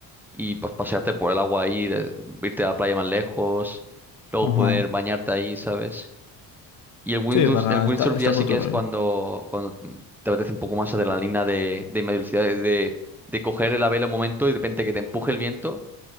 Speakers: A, in the centre; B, on the left (about 55°).
A: y pues pasearte por el agua ahí, de- irte a la playa más lejos, luego
B: Ajá.
A: poder bañarte ahí, ¿sabes? Y el Windows,
B: Sí, para,
A: el windsurf
B: está, está
A: ya sí
B: por
A: que
B: tu
A: es
B: rollo.
A: cuando, cuando te apetece un poco más adrenalina de, de media velocidad, de, de coger la vela un momento y de repente que te empuje el viento.